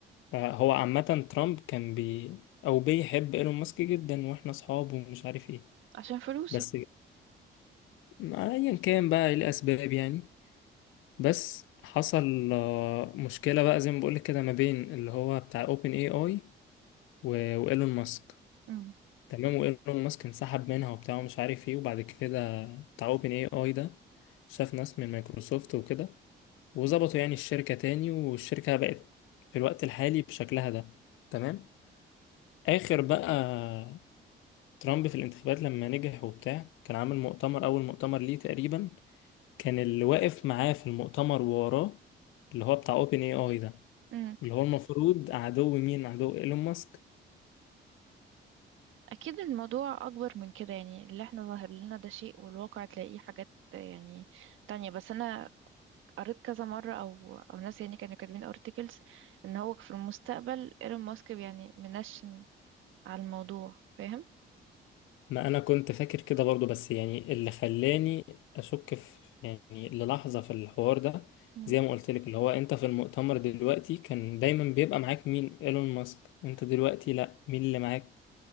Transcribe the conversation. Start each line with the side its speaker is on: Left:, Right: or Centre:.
Left: فهو عامه ترامب كان بي او بيحب ايلون ماسك جدا واحنا اصحاب ومش عارف ايه
Right: عشان فلوسه
Left: بس ما ايا كان بقى ايه الاسباب يعني بس حصل آه، مشكله بقى زي ما بقولك كده ما بين اللي هو بتاع اوبن اي اي وايلون ماسك
Right: مم.
Left: تمام وايلون ماسك انسحب منها وبتاع ومش عارف ايه وبعد كده بتاع اوبن اي اي ده شاف ناس من مايكروسوفت وكده وظبطوا يعني الشركه تاني والشركه بقت في الوقت الحالي بشكلها ده تمام اخر بقى ترامب في الانتخابات لما نجح وبتاع كان عامل مؤتمر اول مؤتمر ليه تقريبا كان اللي واقف معاه في المؤتمر ووراه اللي هو بتاع اوبن اي اي ده
Right: مم.
Left: اللي هو المفروض عدو مين عدو ايلون ماسك
Right: اكيد الموضوع اكبر من كده يعني اللي احنا ظاهر لنا ده شيء والواقع تلاقيه حاجات يعني تانية بس انا قريت كذا مرة أو أو ناس يعني كانوا كاتبين articles إن هو في المستقبل إيلون ماسك يعني منشن على الموضوع فاهم؟
Left: ما انا كنت فاكر كده برضو بس يعني اللي خلاني اشك في يعني للحظة في الحوار ده
Right: مم.
Left: زي ما قلت لك اللي هو انت في المؤتمر دلوقتي كان دايما بيبقى معاك مين ايلون ماسك انت دلوقتي لا مين اللي معاك